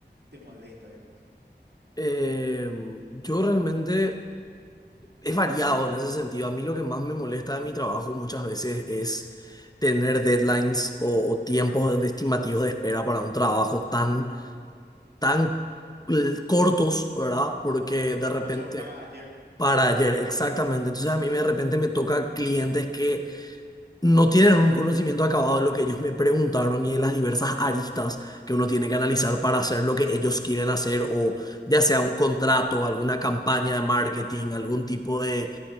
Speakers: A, on the right; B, on the left.
A: te molesta, digamos.
B: Em, yo realmente... Es variado en ese sentido. A mí lo que más me molesta de mi trabajo muchas veces es tener deadlines o, o tiempos de- estimativos de espera para un trabajo tan, tan l- cortos, ¿verdad? Porque
A: El
B: de
A: famoso
B: repente,
A: para ayer.
B: para ayer, exactamente. Entonces a mí de repente me toca clientes que no tienen un conocimiento acabado de lo que ellos me preguntaron y de las diversas aristas que uno tiene que analizar para hacer lo que ellos quieren hacer o ya
A: Sí.
B: sea un contrato, alguna campaña de marketing, algún tipo de